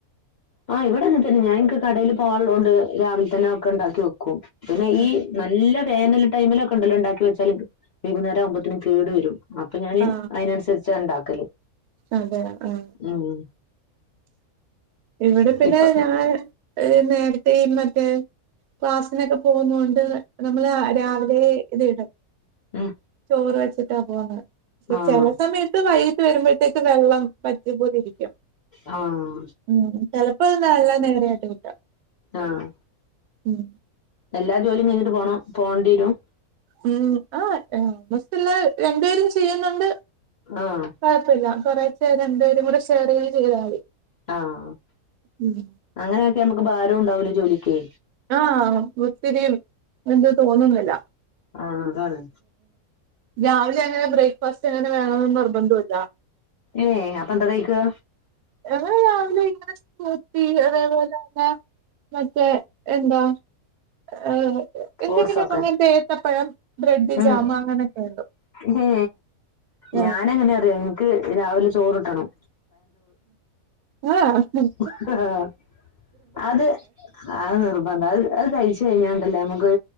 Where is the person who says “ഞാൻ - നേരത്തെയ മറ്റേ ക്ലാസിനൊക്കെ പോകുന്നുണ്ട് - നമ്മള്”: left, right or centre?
Right